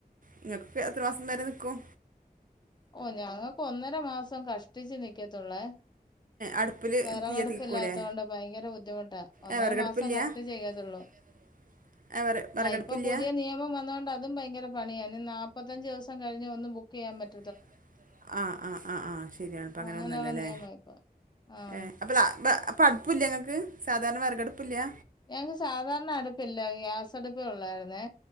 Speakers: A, on the right; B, on the left.
A: നിങ്ങൾക്കിപ്പോ എത്ര മാസം വരെ നിക്കും
B: ഓ ഞങ്ങക്ക് ഒന്നര മാസം കഷ്ടിച്ചു നിക്കത്തുള്ളേ
A: അടുപ്പിൽ
B: വിറെകടുപ്പില്ലാത്ത
A: തീ എത്തിക്കൂലേ
B: കൊണ്ട് ഭയങ്കര ബുദ്ധിമുട്ടാ ഒന്നര
A: ഏ വിറകടുപ്പില്ല
B: മാസം കഷ്ടിച്ച്നിക്കത്തുള്ളൂ
A: <inaudible> ഏ വിറ വിറകടുപ്പില്ല
B: ആഹ് ഇപ്പൊ പുതിയ നിയമം വന്നൊണ്ട് അതും ഭയങ്കര പണിയാ ഇനി നാപ്പത്തഞ്ച് ദിവസം കഴിഞ്ഞേ ഒന്ന് ബുക്ക് ചെയാൻ പറ്റ
A: ത്തൊള്ള് ആഹ് ആഹ് ആഹ് ആഹ് ശരിയാണിപ്പൊ അങ്ങനെ
B: അങ്ങനെയുള്ള
A: വന്നല്ലൊല്ലേ
B: നിയമ ഇപ്പൊ ആഹ്
A: ഏഹ് അപ്പൊ ള അപ്പ അപ്പൊ അടുപ്പു ല്ലെ ഇങ്ങക്ക് സാധാരണ വിറകടുപ്പില്ലേ
B: ഞങ്ങക്ക് സാധാരണ അടുപ്പില്ല ഗ്യാസടുപ്പേ ഉള്ളായിരുന്നേ